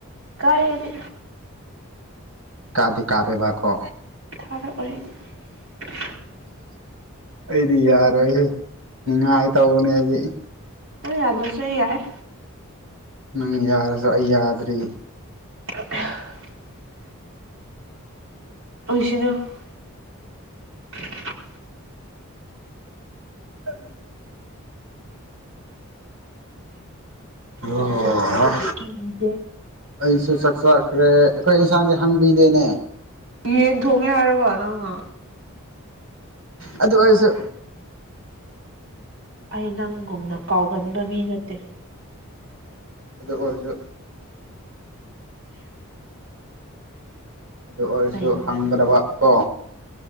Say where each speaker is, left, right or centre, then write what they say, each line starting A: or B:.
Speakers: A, on the right; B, on the right.
A: ꯏꯀꯥꯏꯌꯦ ꯑꯩꯗꯤ꯫
B: ꯀꯥꯗꯤ ꯀꯥꯔꯦꯕ ꯀꯣ꯫
A: <unintelligible>
B: ꯑꯩꯗꯤ ꯌꯥꯔꯣꯏꯍꯦ꯫ ꯅꯤꯡꯉꯥꯏ ꯇꯧꯕꯅꯦ ꯑꯩꯗꯤ꯫
A: ꯅꯪꯅ ꯌꯥꯗ꯭ꯔꯁꯨ ꯑꯩꯅ ꯌꯥꯏ꯫
B: ꯅꯪ ꯌꯥꯔꯁꯨ ꯑꯩ ꯌꯥꯗ꯭ꯔꯤ꯫
A: <inaudible> <unintelligible>
B: <inaudible> ꯑꯣ
A: ꯑꯩ ꯅꯪ ꯀꯤꯗꯦ
B: ꯑꯩꯁꯨ ꯆꯥꯛ ꯆꯥ ꯑꯩꯈꯣꯏ ꯏꯟꯁꯥꯡꯗꯤ ꯍꯪꯕꯤꯗꯦꯅꯦ
A: ꯌꯦꯟ ꯊꯣꯡꯕ ꯊꯣꯡꯉꯦ ꯍꯥꯏꯔꯕ ꯅꯪꯅ꯫
B: ꯑ ꯗꯨ ꯑꯣꯏꯔꯁꯨ꯫
A: ꯑꯩ ꯅꯪꯒꯨꯝꯅ ꯀꯥꯎꯒꯟꯕ ꯃꯤ ꯅꯠꯇꯦ
B: ꯑꯗꯨ ꯑꯣꯏꯔꯁꯨ
A: ꯑꯗꯨ ꯑꯣꯏꯔꯁꯨ
B: ꯑꯗꯨ ꯑꯣꯏꯔꯁꯨ
A: ꯆꯩ
B: ꯍꯪꯒꯗꯕ
A: ꯋꯥꯅꯤ
B: ꯀꯣ